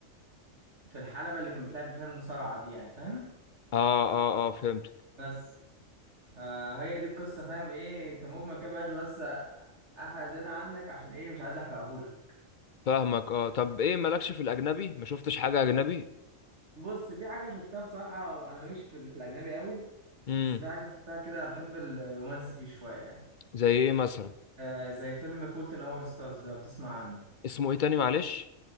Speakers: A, on the right; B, on the left.
A: في الحلبة اللي كان بتلعب فيها المصارعة دي يعني فاهم
B: اه اه اه فهمتك
A: بس آه هي دي القصة فاهم ايه كمجمل كده بقاش بس أحرق زيادة عنك عشان ايه مش عايز أحرقهولك
B: فاهمك اه طب ايه مالكش في الاجنبي ما شفتش حاجه اجنبي
A: بص في حاجة شفتها بصراحة وأنا ماليش في, ال- في الأجنبي قوي
B: امم.
A: بس في حاجة شفتها كده بحب الرومانسي فيه شوية يعني
B: زي ايه مثلا
A: آه زي فيلم فولت إن أور ستارز ده لو بتسمع عنه
B: اسمه ايه تاني معلش